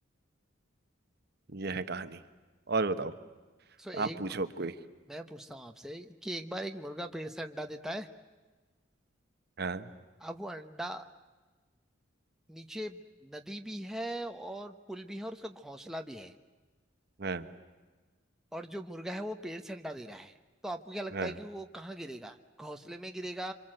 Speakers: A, on the right (about 55°); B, in the centre.
A: यह है कहानी और बताओ
B: सो एक
A: आप पूछो
B: ब...
A: अब कोई
B: मैं पूछता हूँ आपसे कि एक बार एक मुर्गा पेड़ से अंडा देता है
A: हाँ
B: अब वो अंडा नीचे नदी भी है और पुल भी है और उसका घोंसला भी है
A: हाँ
B: और जो मुर्गा है वो पेड़ से अंडा दे रहा है तो आपको क्या लगता
A: हाँ
B: है कि वो कहाँ गिरेगा घोंसले में गिरेगा